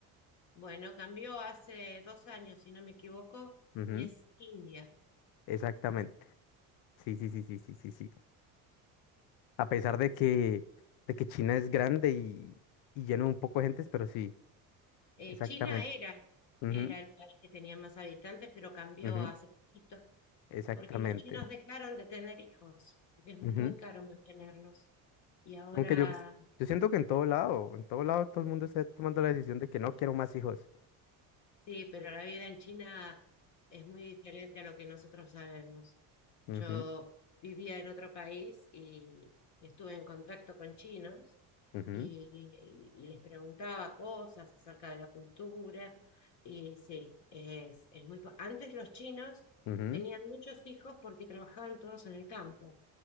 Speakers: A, on the left; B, on the left.
A: Bueno, cambió hace dos años, si no me equivoco,
B: Ujú,
A: y es India.
B: Exactamente. Sí, sí, sí, sí, sí, sí, sí. A pesar de que, de que China es grande y, y llena un poco de gentes, pero sí,
A: Eh,
B: exactamente.
A: China era,
B: Ujú,
A: era el país que tenía más habitantes, pero cambió
B: ujú,
A: hace poquito,
B: exactamente.
A: porque los chinos dejaron de tener hijos, porque es muy
B: ujú.
A: caro mantenerlos. Y ahora
B: Aunque yo, yo siento que en todo lado, en todo lado todo el mundo está tomando la decisión de que no quiero más hijos.
A: Sí, pero la vida en China es muy diferente a lo que nosotros sabemos.
B: Ujú,
A: Yo
B: ujú,
A: vivía en otro país y estuve en contacto con chinos
B: ujú,
A: y, y les preguntaba cosas acerca de la cultura. Y sí, es, es muy... po- Antes los chinos
B: ujú,
A: tenían muchos hijos porque trabajaban todos en el campo.